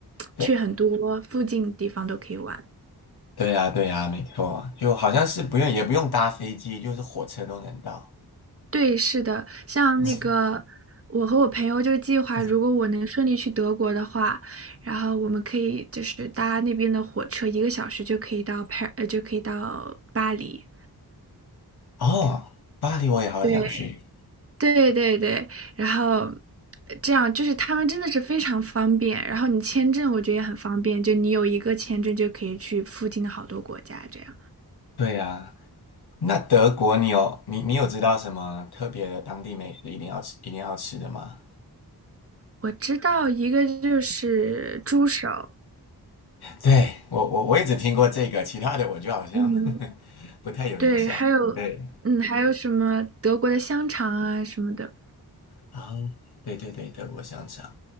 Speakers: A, on the left; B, on the right.
A: 对，
B: 去很多附近地方都可以玩。
A: 对呀，对呀，没错，就好像是不用也不用搭飞机，就是火车都能到。
B: 对，是的，像那个我和我朋友就计划，
A: 嗯嗯，
B: 如果我能顺利去德国的话，然后我们可以就是搭那边的火车，一个小时就可以到帕，呃，就可以到巴黎。
A: 哦，巴黎我也好想去。
B: 对，对对对，然后呃这样就是他们真的是非常方便，然后你签证我觉得也很方便，就你有一个签证就可以去附近的好多国家这样。
A: 对呀，那德国你有你你有知道什么特别的当地美食一定要吃一定要吃的吗？
B: 我知道一个就是猪手，
A: 对，我我我也只听过这个，其他的我就好像
B: 嗯，
A: <laughs> 不太有印象。
B: 对，还有，
A: 对
B: 嗯，还有什么德国的香肠啊什么的。
A: 啊，对对对，德国香肠。